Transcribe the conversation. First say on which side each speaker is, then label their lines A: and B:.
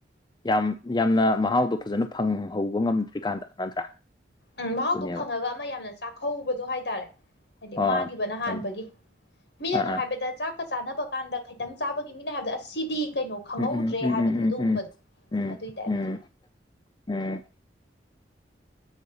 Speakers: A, on the left (about 25°); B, on the left (about 65°).
A: ꯌꯥꯝ ꯌꯥꯝꯅ ꯃꯍꯥꯎꯗꯣ ꯐꯖꯅ ꯐꯪꯍꯧꯕ ꯉꯝꯗ꯭ꯔꯤꯀꯥꯟꯗ ꯅꯠꯇ꯭ꯔꯥ
B: ꯎꯝ ꯃꯍꯥꯎꯗꯣ
A: ꯑꯗꯨꯅꯦꯕ
B: ꯐꯪꯉꯒ ꯑꯃ ꯌꯥꯝꯅ ꯆꯥꯛꯀꯧꯕꯗꯣ ꯍꯥꯏꯇꯥꯔꯦ ꯍꯥꯏꯗꯤ
A: ꯑꯥ
B: ꯃꯥꯡꯈꯤꯕꯅ ꯍꯥꯟꯕꯒꯤ
A: ꯍꯣꯏꯅꯦ
B: ꯃꯤꯅꯒ
A: ꯑꯥ ꯑꯥ
B: ꯍꯥꯏꯕꯗ ꯆꯥꯛ ꯀ ꯆꯥꯅꯕ ꯀꯥꯟꯗ ꯈꯤꯇꯪ ꯆꯥꯕꯒꯤꯅꯤꯅꯦ ꯍꯥꯏꯕꯗ ꯑꯁꯤꯗꯤ ꯀꯩꯅꯣ ꯈꯪꯍꯧꯗ꯭ꯔꯦ
A: ꯎꯝ ꯎꯝ ꯎꯝ
B: ꯍꯥꯏꯕꯗꯣ
A: ꯎꯝ
B: ꯑꯗꯨꯒꯨꯝꯕꯗꯣ
A: ꯎꯝ ꯎꯝ ꯎꯝ
B: ꯑꯗꯨꯏ ꯇꯥꯏꯞꯇ
A: ꯎꯝ ꯎꯝ